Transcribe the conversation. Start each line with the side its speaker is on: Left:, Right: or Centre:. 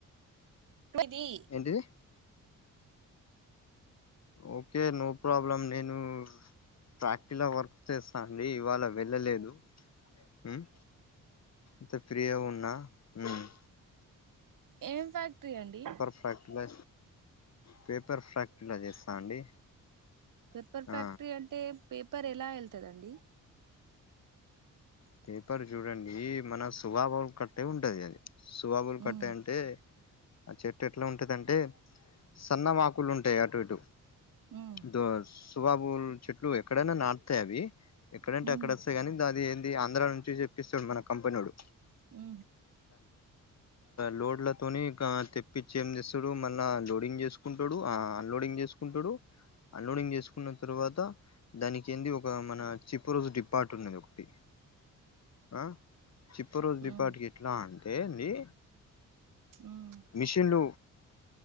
Right: అది
Left: ఏంటిది ఓకే నో ప్రాబ్లం నేను ఫ్యాక్టరీలో వర్క్ చేస్తాను అండి ఇవాళ వెళ్ళలేదు ఉమ్ అంత ఫ్రీగా ఉన్నా ఉమ్మ్
Right: ఏం ఫ్యాక్టరీ అండీ
Left: ఫ్యాక్టలా పేపర్ ఫ్యాక్ట్రీ ల చేస్తా అండి
Right: పేపర్ ఫ్యాక్టరీ
Left: ఆ
Right: అంటే పె పెపర్ ఎలా వెల్తదండి
Left: పేపర్ చూడండీ మన సువాబుల్ కట్టే ఉంటుంది అది సువాబులు
Right: ఉమ్
Left: కట్టె అంటే ఆ చెట్టు ఎట్లా ఉంటధాంటే సన్న మాకు క్కులు ఉంటయి అటు ఇటు
Right: ఉమ్
Left: ధో అస్ సువాాబు చెట్లు ఎక్కడైనా నాటుతాయి అవి ఎక్కడంటే
Right: ఉమ్
Left: అక్కడ వస్తాయి కానీ అది ది ఆంధ్రా నుంచి చెప్పిస్తాడు మన కంపినోడు
Right: ఉ
Left: లోడ్ల తోని హ తెప్పిచ్చి ఏం చేస్తాడు మళ్ళ లోడింగ్ చేసుకుంటాడు అన్లోడింగ్ చేసుకుంటాడు అన్లోడింగ్ చేసుకు న్న తర్వాత దానికి ఏంది ఒక మన చీప్ చిప్రూల్ డిపార్ట్ ఉందొకటి ఆ చిప్పారుల్ డిపార్ట్
Right: ఉమ్
Left: ఎట్లా అంటే అండి
Right: ఉమ్
Left: మిషన్లు